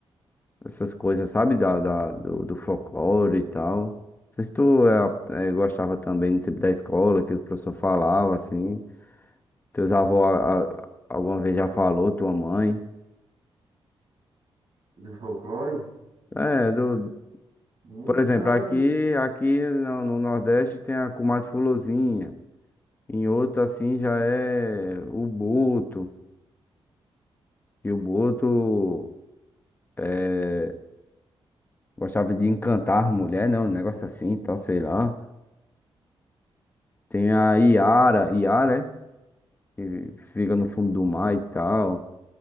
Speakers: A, on the left; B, on the right.
A: essas coisas, sabe? Da, da- do, do folclore e tal. Não sei se tu é, é, gostava também no tempo da escola, que o professor falava, assim. Teus avós a- a- alguma vez já falou, tua mãe.
B: Do folclore?
A: É, do,
B: Muito
A: por exemplo,
B: não,
A: aqui,
B: mas
A: aqui no, no Nordeste tem a comadre Fulozinha. Em outro, assim, já é o boto. E o boto é, gostava de encantar mulher, né? Um negócio assim, e tal, sei lá. Tem a Iara, Iara, é? Que fica no fundo do mar e tal.